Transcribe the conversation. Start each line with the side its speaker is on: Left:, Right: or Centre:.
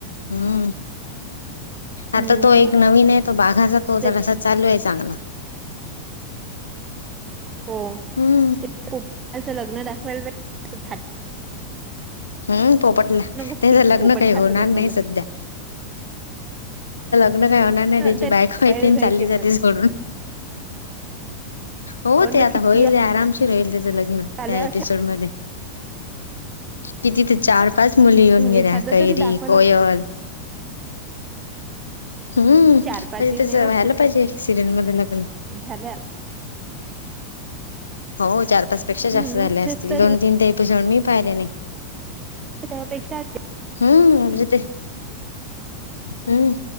Left: हम्म आता
Right: हम्म
Left: तो एक नवीन हे तो बाघाचा तो
Right: ते
Left: जसा
Right: तर
Left: चालू हेच चांगला
Right: हो
Left: हम्म
Right: ते पो लच लग्न दाखवायला असं थाट
Left: हम्म पोपटला
Right: बघतील
Left: तेज लग्न
Right: पोपटलाचं
Left: काही होणार
Right: लग्न
Left: नाही
Right: म्हण
Left: सध्या ग्न काय होणार नाही
Right: त्यांना
Left: त्याची
Right: दाखवायला
Left: बायको आयते अन
Right: पाहिजे
Left: चाल्ली जाते
Right: पण
Left: सोडून हो
Right: अन
Left: ते आता
Right: किती
Left: होईले आराम राहील त्याचं लग्न
Right: आल्या
Left: त्या एपिसोड
Right: अशा
Left: मध्ये किती ते चार पाच मुली येऊन गेल्या
Right: एखादा
Left: कैरी
Right: तरी दाखवला
Left: कोयल हम्म म्हणजे
Right: चार पाच ही
Left: तेच
Right: नाही
Left: व्हायला
Right: हो खूप
Left: पाहिजे सिरीयल मध्ये ल ग्नं
Right: झाल्या
Left: हो चार पाच पेक्षा
Right: हम्म
Left: जास्त झाले
Right: असेच
Left: असतील
Right: तरी
Left: दोन तीन त एपिसोड मी पाहिले नाही
Right: त पेक्षा
Left: हम्म मजेते हम्म